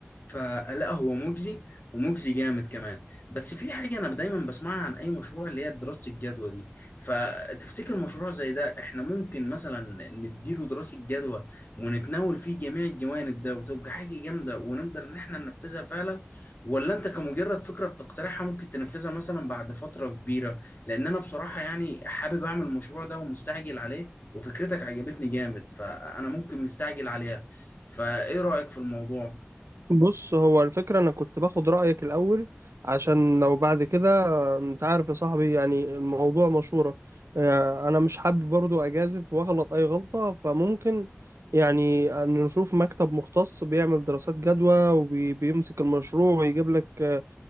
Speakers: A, on the left; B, on the right.
A: فلا هو مجزي ومجزي جامد كمان بس في حاجة أنا دايما بسمعها عن أي مشروع اللي هي دراسة الجدوى دي فتفتكر مشروع زي ده إحنا ممكن مثلا نديله دراسة جدوى ونتناول فيه جميع الجوانب ده وتبقى حاجة جامدة ونقدر إن إحنا ننفذها فعلا ولا أنت كمجرد فكرة بتقترحها ممكن تنفذها مثلا بعد فترة كبيرة لأن أنا بصراحة يعني حابب أعمل المشروع ده ومستعجل عليه وفكرتك عجبتني جامد فأنا ممكن مستعجل عليها فايه رأيك في الموضوع
B: بص هو الفكرة أنا كنت باخد رأيك الأول عشان لو بعد كده أنت عارف يا صاحبي يعني الموضوع مشورة آه، أنا مش حابب برضو أجازف وأغلط أي غلطة فممكن يعني أن نشوف مكتب مختص بيعمل دراسات جدوى وبيمسك المشروع ويجيب لك آه،